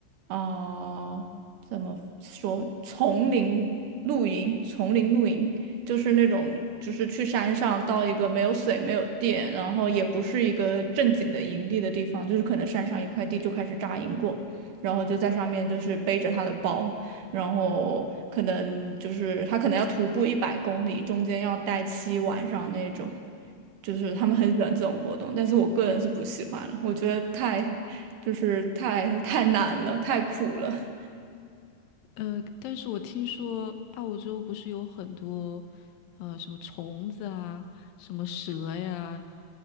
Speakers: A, on the right; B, on the left.
A: 啊，呃怎么说，丛林露营，丛林露营就是那种，就是去山上到一个没有水、没有电，然后也不是一个正经的营地的地方，就是可能山上一块地就开始扎营过，然后就在上面就是背着他的包，然后可能就是他可能要徒步一百公里，中间要待七晚上那种。就是他们很喜欢这种活动，但是我个人是不喜欢了，我觉得太就是太太难了，太苦了。
B: 呃，但是我听说澳洲不是有很多，呃，什么虫子啊，什么蛇呀，